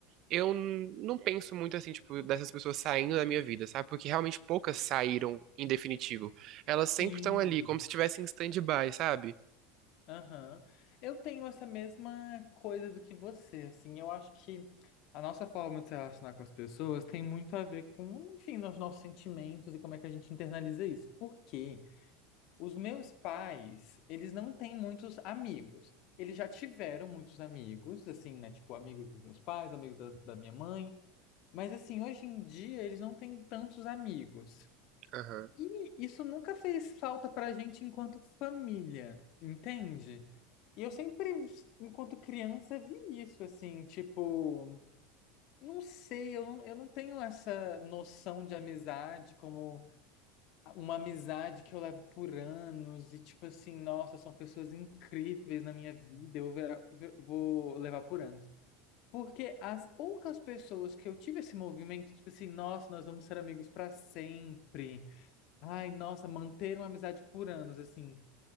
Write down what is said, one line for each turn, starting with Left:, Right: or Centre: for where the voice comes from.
Right: eu n- não penso muito, assim, tipo, dessas pessoas saindo da minha vida, sabe? Porque realmente poucas saíram em definitivo. Elas
Left: Sim.
Right: sempre estão ali, como se estivessem em stand-by, sabe?
Left: Aham. Eu tenho essa mesma coisa do que você, assim. Eu acho que a nossa forma de se relacionar com as pessoas tem muito a ver com, enfim, os nossos sentimentos e como é que a gente internaliza isso. Porque os meus pais, eles não têm muitos amigos. Eles já tiveram muitos amigos, assim, né? Tipo, amigos dos meus pais, amigos da, da minha mãe. Mas, assim, hoje em dia, eles não têm tantos amigos.
Right: Aham,
Left: E isso nunca fez falta pra gente enquanto família, entende? E eu sempre, enquanto criança, vi isso, assim, tipo, não sei, eu não, eu não tenho essa noção de amizade como uma amizade que eu levo por anos e, tipo assim, nossa, são pessoas incríveis na minha vida, eu vera- ve- vou levar por anos. Porque as poucas pessoas que eu tive esse movimento, tipo assim, nossa, nós vamos ser amigos para sempre. Ai, nossa, manter uma amizade por anos, assim.